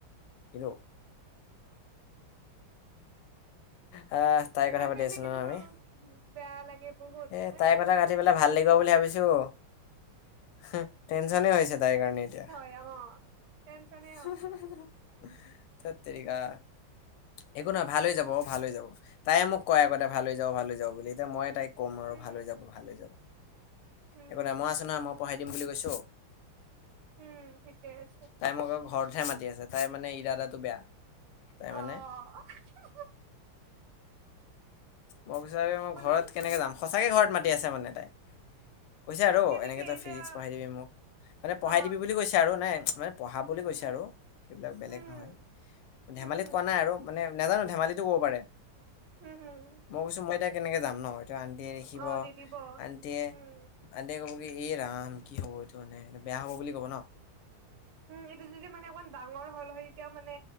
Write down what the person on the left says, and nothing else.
হেল্ল'? আ তাইৰ
কথা পাতি
আছিলো
ন' আমি?
এ
তাইৰ
কথা
পাতি পেলাই
ভাল
লাগিব বুলি
ভাবিছোঁ হে, টেনছনে হৈছে তাইৰ কাৰণে এতিয়া।
হু - হু - হু, ধেৎ তেৰিকা! একো নহয়, ভাল হৈ যাব অ' ভাল হৈ যাব। তাইয়ে মোক কয় আগতে ভাল হৈ যাব, ভাল হৈ যাব বুলি, এতিয়া মইয়ে তাইক কম আৰু
ভাল হৈ যাব, ভাল হৈ যাব।
একো নাই, মই আছোঁ নহয়, মই পঢ়াই দিম বুলি কৈছোঁ
তাই মোক আকৌ ঘৰতহে মাতি আছে, তাইৰ মানে ইৰাদাটো বেয়া। তাই
মানে
মই বিচাৰি মই
ঘৰত কেনেকে যাম। সঁচাকে ঘৰত মাতি আছে মানে তাই। কৈছে আৰু,
এনেকে তই
ফিজিক্স পঢ়াই দিবি মোক, মানে পঢ়াই
দিবি বুলি কৈছে আৰু, নাই মানে পঢ়াবলে কৈছে
আৰু, সেইবিলাক বেলেগ
নহয়।
ধেমালিত
কোৱা নাই আৰু মানে নেজানো, ধেমালিতো ক'ব পাৰে।
মই কৈছোঁ মই এতিয়া কেনেকে যাম ন', এতিয়া আন্টিয়ে দেখিব,
আন্টিয়ে
আন্টিয়ে ক'ব কি, এ ৰাম! কি হ'ব এইটো মানে? এইটো বেয়া হ'ব, বুলি ক'ব ন'।